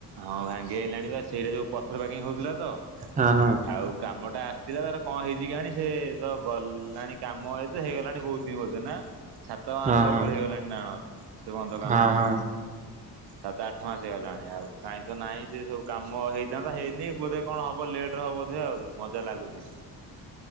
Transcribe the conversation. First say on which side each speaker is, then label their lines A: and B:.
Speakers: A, on the right; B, on the right.
A: ହଁ ଭାଙ୍ଗି ଆଇଲାଣି ବା ସେଇଟା ଯୋଉ ପଥର ପାକିଙ୍ଗ ହୋଉଥିଲା ତ
B: ହଁ ହଁ
A: ଆଉ କାମ ଟା ଆସିଥିଲା ତାର କଣ ହେଇଛି କେଆଣି ସେ ତ ଗଲାଣି କାମ ଏଇ ତ ହେଇଗଲାଣି ବହୁତ୍ ଦିନି ବୋଧେ ନା। ସାତ ମାସେ
B: ହଁ ହଁ
A: ଉପରେ ହେଇଗଲାଣି ନା କଣ ସେ ବନ୍ଧ କମ
B: ହଁ
A: ଫାମ।
B: ହଁ।
A: ସାତ ଆଠ ମାସ ହେଇଗଲାଣି ଆଉ କାଇ ତ ନାହିଁ ସେ ସବୁ କାମ ହେଇଥାନ୍ତା ହେଇନି ବୋଧେ କଣ ହବ ଲେଟ୍ ହବ ବଧେ ଆଉ। ମଜା ଲାଗୁଚି।